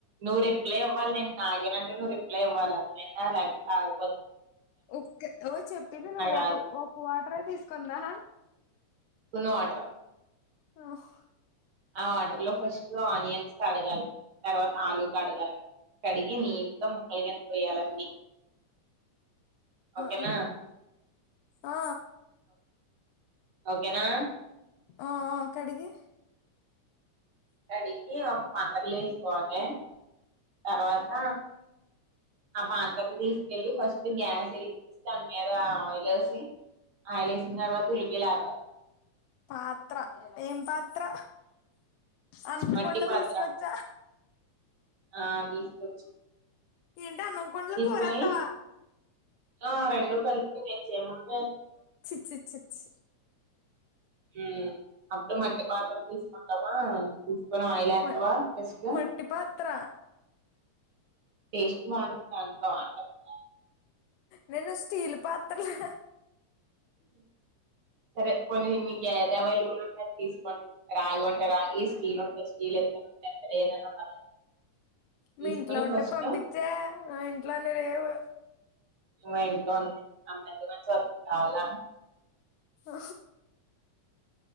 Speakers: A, on the right (about 45°); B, on the left (about 90°).
A: నువ్వు రిప్లై ఇవ్వాలి నాగేనంటే నువ్ రిప్లై ఇవ్వాల అది వినా లేకపోతే ఆగిపోద్
B: ఒక్క ఓ చెప్పింది నువ్వు
A: రాదు
B: ఒక ఒక వాటరే తీసుకుందా
A: కుంది వాటర్
B: ఓహ్
A: ఆ వాటర్ లో ఫస్ట్ ఆనియన్స్ కడగాలి తర్వాత ఆలూ కడగాలి కడి నీట్ గా ముక్కలు గాని కొయ్యాలన్నీ ఓకేనా
B: ఆ ఆ
A: ఓకేనా
B: ఆ ఆ కడిగి
A: కడిగి ఒక పాత్రలో వేసుకోవాలి తర్వాత ఆ పాత్రను తీసుకెళ్ళి ఫస్ట్ గ్యాస్ తెలిగ్గిచ్చి దాని మీద ఆయిలేసి ఆయిలేసిన తర్వాత ఉలికి లేపాలి
B: పాత్ర ఏం పాత్ త్ర అంతకొండ
A: మట్టి పాత్ర
B: తిసుకొచ్చ
A: ఆ తీసుకోచ్
B: ఏంటి అన్నం కుండలో
A: తీసుకొని
B: కూరేత్తావా
A: ఆ రెండు కలిపి నే చేయముందే
B: చి చి చి చి
A: ఉ అప్పుడు మట్టి పాత్ర తీసుకుంటామా కొన ఆయిల్ ఎత్తామ
B: మ
A: ఫస్టు
B: మట్టి పాత్ర
A: టేస్ట్ బాగుంటది దాంట్లో బాగుంట
B: నేను స్టీల్ పాత్రలో
A: సరే పోనీ నికి ఏది అవైలబుల్ తీసుకోండి రాగి ఉంటే రాగి స్టీల్ ఉంటే స్టీల్ ఇత్తడి ఉంటే ఇత్తడి ఏదైనా పర్లేదు తీసుకొని
B: మీ ఇంట్లో ఉంటే
A: ఫస్ట్
B: పంపించే నా ఇంట్లో అన్ని లేవు
A: మా ఇంట్లో ఉన్నాయి అమ్మెద్దం అని చుత్తన్న కావాలా
B: ఆ